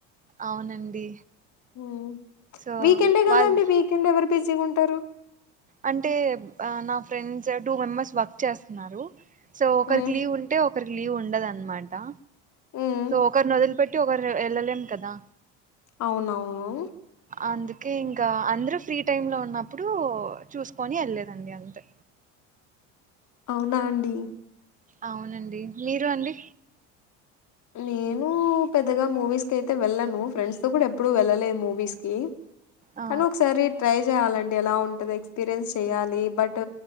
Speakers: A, on the right; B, on the left.
A: అవునండి
B: ఉ
A: సో
B: వీకెండే కదా
A: వాళ్ళు
B: అండి వీకెండ్ ఎవరు బిజీగుంటారు
A: అంటే నా ఫ్రెండ్స్ టూ మెంబర్స్ వర్క్ చేస్తున్నారు సో ఒకరికి
B: హ్మ్.
A: లీవ్ ఉంటే ఒ లీవ్ ఉండదన్నమాట
B: హ్మ్.
A: సో ఒకర్న్ వదిలి పెట్టి ఒకరు వె వెళ్ళలేం కదా
B: అవునవును
A: అందుకే ఇంకా అందరు ఫ్రీ టైమ్ లో ఉన్నప్పుడు చూసుకొని వెళ్ళేదండి అంతే
B: అవునా అండి
A: అవునండి మీరు అండి
B: నేను పెద్దగా మూవీస్కి అయితే వెళ్ళను ఫ్రెండ్స్తో కూడా ఎప్పుడూ వెళ్ళలేదు మూవీస్కి
A: ఆ
B: కాన్ ఒకసారి ట్రై చేయాలండి ఎలా ఉంటుంది ఎక్స్పీరియన్స్ చేయాలి బట్